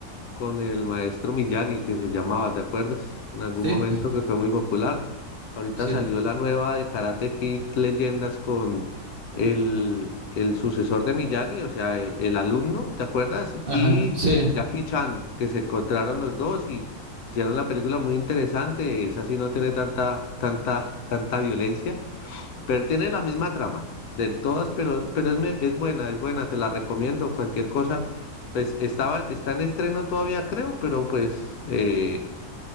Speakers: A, on the left; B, on the right.
A: con el maestro Miyagi que se llamaba, ¿te acuerdas? En algún
B: sí,
A: momento que fue muy popular. Ahorita
B: sí,
A: salió la nueva de Karate Kid Leyendas con el, el sucesor de Miyagi, o sea, e- el, alumno, ¿te acuerdas?
B: ajá,
A: Y
B: sí.
A: eh, Jackie Chan, que se encontraron los dos y hicieron la película muy interesante. Esa sí no tiene tanta, tanta, tanta violencia. Pero tiene la misma trama del todas, pero, pero es, me- es buena, es buena, te la recomiendo. Cualquier cosa, pues estaba, está en estreno todavía, creo, pero pues, eh,